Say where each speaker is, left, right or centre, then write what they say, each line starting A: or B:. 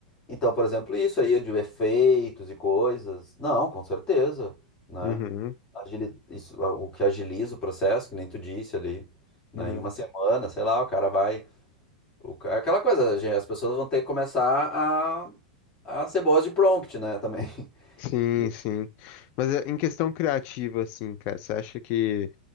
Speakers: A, on the left; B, on the left.
A: Então, por exemplo, isso aí de efeitos e coisas, não, com certeza, né?
B: Uhum,
A: Agili- isso, o que agiliza o processo, que nem tu disse ali, né?
B: uhum.
A: Em uma semana, sei lá, o cara vai o ca- Aquela coisa, gente, as pessoas vão ter que começar a, a ser boas de prompt, né, também. <laughs>
B: Sim,
A: E,
B: sim. Mas é, em questão criativa, assim, cara, você acha que